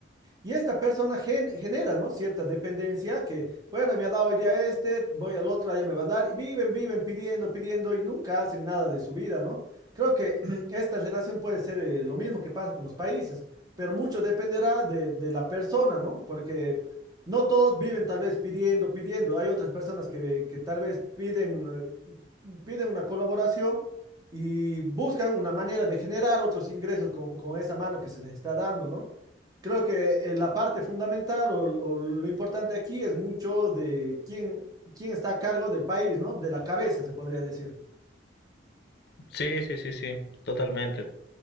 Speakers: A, on the right; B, on the left.
A: Y esta persona gen- genera, ¿no? Cierta dependencia que, bueno, me ha dado hoy día este, voy al otro, allá me va a dar, y viven, viven pidiendo, pidiendo, y nunca hacen nada de su vida, ¿no? Creo que <clears throat> esta relación puede ser eh, lo mismo que pasa con los países pero mucho dependerá de, de la persona, ¿no? Porque no todos viven tal vez pidiendo, pidiendo. Hay otras personas que, que tal vez piden, eh, piden una colaboración y buscan una manera de generar otros ingresos con, con esa mano que se les está dando, ¿no? Creo que eh, la parte fundamental o, o lo importante aquí es mucho de quién, quién está a cargo del país, ¿no? De la cabeza, se podría decir.
B: Sí, sí, sí, sí, totalmente.